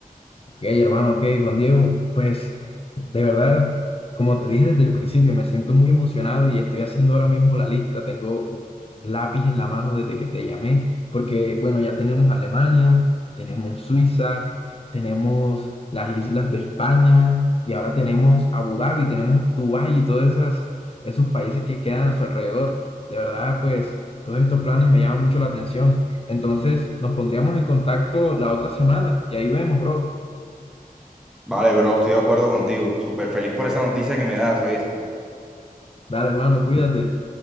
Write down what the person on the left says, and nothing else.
Ok, hermano, ok, Juan Diego, pues de verdad, como te dije desde el principio, me siento muy emocionado y estoy haciendo ahora mismo la lista. Tengo un lápiz en la mano desde que te llamé, porque bueno, ya tenemos Alemania, tenemos Suiza, tenemos las islas de España y ahora tenemos Abu Dhabi, tenemos Dubái y todos esas, esos países que quedan a su alrededor. De verdad, pues todos estos planes me llaman mucho la atención. Entonces, nos pondríamos en contacto la otra semana y ahí vemos, bro.
Dale, hermano, cuídate.